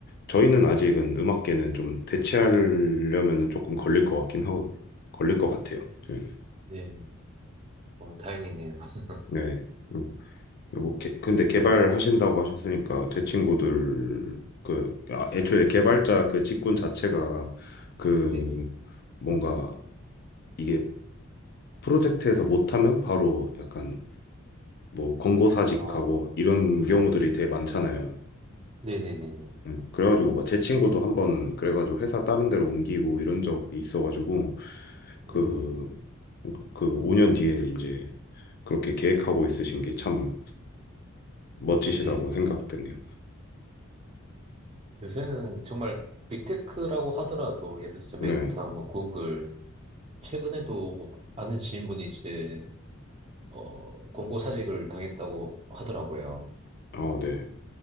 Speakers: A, on the left; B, on the right.
A: 저희는 아직은 음악계는 좀 대체하려면은 조금 걸릴 것 같긴 하고 걸릴 것 같아요. 저희.
B: 네, 와, 다행이네요. <laughs>
A: 네. 음. 그리고 개, 근데 개발하신다고 하셨으니까 제 친구들 그 아, 애초에 개발자 그 직군 자체가 그
B: 네네.
A: 뭔가 이게 프로젝트에서 못하면 바로 약간 뭐 권고사직하고
B: 아,
A: 이런 경우들이 되게 많잖아요.
B: 네네네네.
A: 음, 그래가지고 막 제 친구도 한번 그래가지고 회사 다른 데로 옮기고 이런 적이 있어가지고 그
B: 음,
A: 그 5년 뒤에 이제 그렇게 계획하고 있으신 게 참 멋지시다고
B: 네.
A: 생각되네요.
B: 요새는 정말 빅테크라고 하더라도 예를 들어서 메타,
A: 네.
B: 뭐 구글, 최근에도 아는 지인분이 이제 어, 공고사직을 당했다고 하더라고요.
A: 아, 네.